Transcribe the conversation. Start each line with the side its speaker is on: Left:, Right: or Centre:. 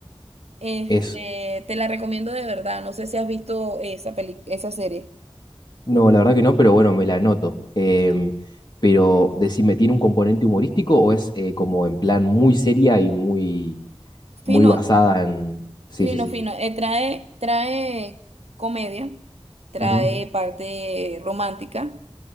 Right: Este,
Left: Es.
Right: te la recomiendo de verdad. No sé si has visto esa peli, esa serie.
Left: No, la verdad que no, pero bueno, me la anoto. Em, pero decime, ¿tiene un componente humorístico o es eh, como en plan muy seria y muy,
Right: Fino,
Left: muy basada en. Sí,
Right: fino,
Left: sí, sí.
Right: fino. Eh, trae, trae comedia, trae
Left: Ujú,
Right: parte romántica,